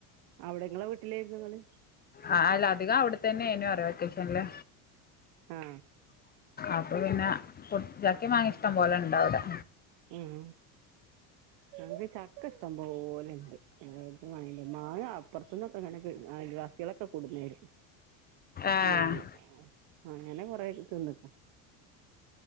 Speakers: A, on the right (about 65°); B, on the left (about 25°).
A: അവിടെ ങ്ങളെ വീട്ടിലായിരുന്നു ങ്ങള്
B: ആ അല്ല അധിക അവിടെത്തന്നെയിനു <unintelligible> വെക്കേഷൻല്
A: ആ
B: അപ്പൊ പിന്നെ ചക്കിമാങ്ങി ഇഷ്ടം പോലെ ഉണ്ട് അവിടെ
A: എം ഞങ്ങക്ക് ചക്ക ഇഷ്ടം പോലെ ഉണ്ട് <unintelligible> മായില്ല മാങ്ങ അപ്പുറത്തന്നൊക്കെ ഇങ്ങനെ അയൽവാസികളൊക്കെ കൊടുന്ന് തരും
B: ഏഹ്
A: മാങ്ങ അങ്ങനെ കൊറേ തിന്ന്ക്ണു.